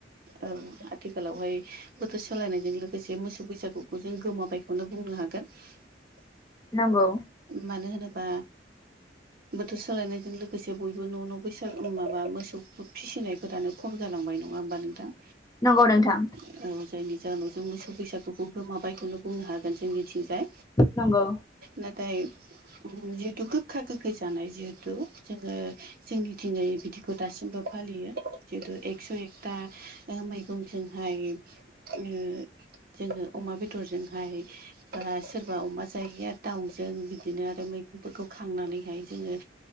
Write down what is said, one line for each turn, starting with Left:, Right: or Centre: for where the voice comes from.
Right: औ आथिखालावहाय बोथोर सोलायनायजों लोगोसे मोसौ बैसागुखौ जों गोमाबायखौनो बुंनो हागोन गोन
Left: नंगौ
Right: मानो होनोबा बोथोर सोलायनायजों लोगोसे बयबो न' न' बैसागु माबा मोसौ फिसिनाय फोरानो खम जालांबाय नङा होमबा नोंथां
Left: नंगौ नोंथां
Right: औ जायनि जाहोनाव जों मोसौ बैसागुखौ गोमाबायखौनो बुंनो हागोन जोंनिथिं जाय
Left: नंगौ
Right: नाथाय जिहुतु गोखा गोखै जानाय जिहुतु जोङो जोंनिथिङै बिदिखौ दासिमबो फालियो जितु एकस' एकथा ओ मैगंजोंहाय ओ जोङो अमा बेदरजोंहाय बा सोरबा अमा जायैआ दाउजों बिदिनो आरो मैगंफोरखौ खांनानैहाय जोङो